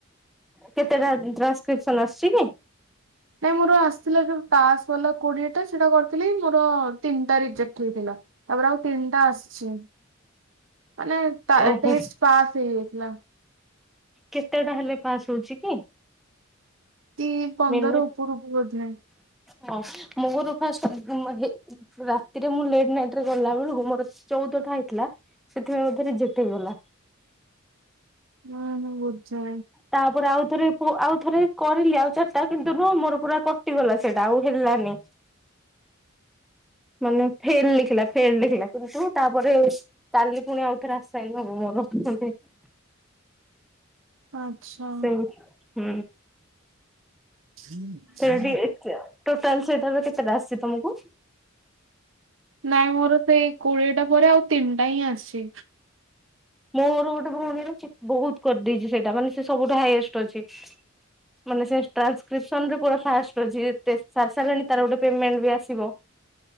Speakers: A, in the centre; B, on the right.
A: କେତେଟା ଟ୍ରାନ୍ସକ୍ରିପସନ ଆସଛି କି?
B: ନାଇଁ ମୋର ଆସିଥିଲା, ଯୋଉ ପାସ୍ ଗଲା କୋଡିଏ ଟା ସେଟା କରିଥିଲି ମୋର ତିନିଟା ରିଜେକ୍ଟ ହେଇଥିଲା। ତାପରେ ଆଉ ତିନିଟା ଆସଛି। ମାନେ ତା
A: ଓହୋ
B: ଟେଷ୍ଟ ପାସ୍ ହେଇଯା ହେଲା।
A: କେତେ ଟା ହେଲେ ପାସ୍ ହଉଛି କି?
B: ଟି ପନ୍ଦର
A: ମିନି
B: ଉପରକୁ ବୋଧେ।
A: ହଁ ମୁଁ ମୋର ଫାଷ୍ଟ ହେ ରାତିରେ ମୁ ଲେଟ ନାଇଟ୍ରେ ଗଲା ବେଳକୁ ମୋର ଚଉଦଟା ହେଇଥିଲା ।ସେଥିପାଇଁ ବୋଧେ ରିଯେକ୍ଟ ହେଇଗଲା।
B: ହୁଁ ହୁଁ ବୁଝା।
A: ତାପରେ ଆଉ ଥରେ ପୁ ଆଉ ଥରେ କରିଲି ଆଉ ଚାରି ଟା କିନ୍ତୁ ନୁହଁ। ମୋର ପୁରା କଟିଗଲା ସେଇଟା ଆଉ ହେଲାନି। ମାନେ ଫେନ୍ ଲେଖିଲ ଫେନ୍ ଲେଖିଲା। ତାପରେ କାଲି ପୁଣି ଆଉଥରେ ଆସାଇନ୍ ହବ ମୋର।
B: ଆଚ୍ଛା।
A: ସେମି ହୁଁ।
B: ହଁ
A: ସେଇଟା
B: ହଁ।
A: ଟିକେ ଟୋଟାଲ ସେଇଟାର କେତେଟା ଆସିଛି ତମକୁ?
B: ନାଇଁ ମୋର ସେଇ କୋଡିଏଟା ପରେ ଆଉ ତିନିଟା ହିଁ ଆସେ।
A: ମୋର ଗୋଟେ ଭଉଣୀର ବହୁତ କରିଦେଇଛି ସେଇଟା ମାନେ ସେ ସବୁଠୁ ହାଇଏଷ୍ଟ ଅଛିା ମାନେ ସେ ଟ୍ରାନ୍ସକ୍ରିପ୍ସନ୍ ରେ ପୁରା ଫାଷ୍ଟ ଅଛି। ଟେଷ୍ଟ ସାରିସାରିଲାନି ତାର ଗୋଟେ ପେମେଣ୍ଟ ବି ଆସିବ